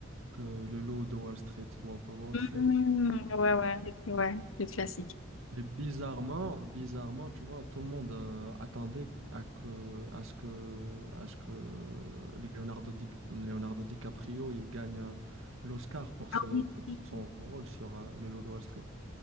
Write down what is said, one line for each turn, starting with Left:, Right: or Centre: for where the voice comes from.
Right: que le lot de Wall Street, Wolf of Wall Street.
Left: Mm, ouais, ouais, le, ouais, le classique.
Right: Et bizarrement, bizarrement, tu vois, tout le monde euh, attendait à que, à ce que, à ce que Leonardo, Di- Leonardo DiCaprio il gagne euh, l'Oscar pour
Left: Ah
Right: ce,
Left: oui.
Right: pour
Left: oui,
Right: son
Left: oui.
Right: rôle sur euh, le lot de Wall Street.